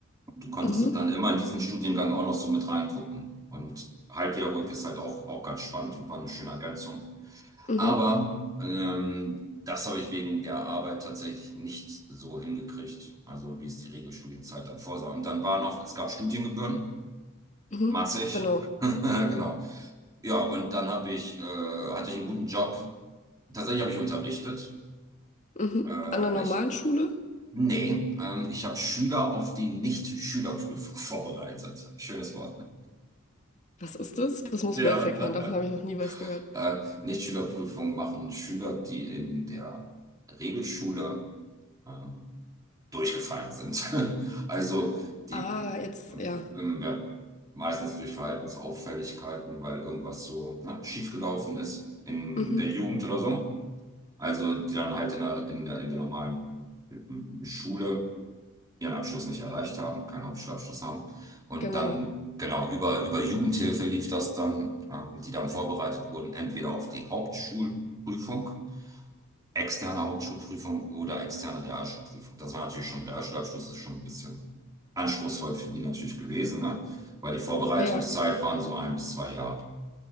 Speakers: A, on the right; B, on the left.
A: du konntest
B: Mhm,
A: dann immer in diesen Studiengang auch noch so mit reingucken. Und Halbjahr ist halt auch, auch ganz spannend und war eine schöne Ergänzung.
B: mhm,
A: Aber ähm, das habe ich wegen der Arbeit tatsächlich nicht so hingekriegt, also wie es die Regelstudienzeit dann vorsah. Und dann war noch, es gab Studiengebühren,
B: mhm,
A: massig,
B: genau.
A: <laughs> genau. Ja, und dann habe ich, äh, hatte ich einen guten Job. Tatsächlich habe ich unterrichtet.
B: Mhm.
A: Äh,
B: An der normalen
A: ich,
B: Schule?
A: nee, ähm, ich habe Schüler auf die Nicht-Schülerprüfung <laughs> vorbereitet. Schönes Wort.
B: Was ist das? Das muss
A: Ja.
B: mir jetzt erklären, davon habe
A: <laughs>
B: ich noch nie was gehört.
A: Äh, Nichtschülerprüfungen machen Schüler, die in der Regelschule ähm, durchgefallen sind. <laughs> Also die
B: Ah, jetzt,
A: ähm,
B: ja.
A: ja, meistens durch Verhaltensauffälligkeiten, weil irgendwas so ne, schiefgelaufen ist in
B: Mhm,
A: der Jugend oder so. Also die dann halt in der, in der, in der normalen ähm, Schule ihren Abschluss nicht erreicht haben, keinen Hauptschulabschluss haben. Und
B: genau.
A: dann, genau, über, über Jugendhilfe lief das dann, ähm, die dann vorbereitet wurden, entweder auf die Hauptschulprüfung, externe Hauptschulprüfung oder externe Realschulprüfung. Das war natürlich schon, der Realschulabschluss ist schon ein bisschen anspruchsvoll für die natürlich gewesen, ne? Weil die Vorbereitungszeit
B: Ja, ja.
A: waren so ein bis zwei Jahre.